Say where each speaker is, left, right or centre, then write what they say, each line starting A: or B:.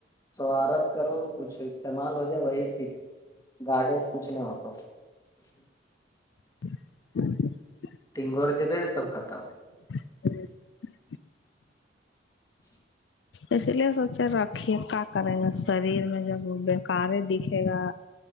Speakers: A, on the left; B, on the left.
A: سوارت کرو کچھ استعمال ہو جائے وہی ٹھیک گاڈے سے کچھ نہیں ہوتا
B: <inaudible>
A: تٹینگ اور جبے سب ختم ہو
B: جی
A: <inaudible>
B: اس لیے سوچے رکھی کاا کریں گے شریر میں جب بکار دکھے گا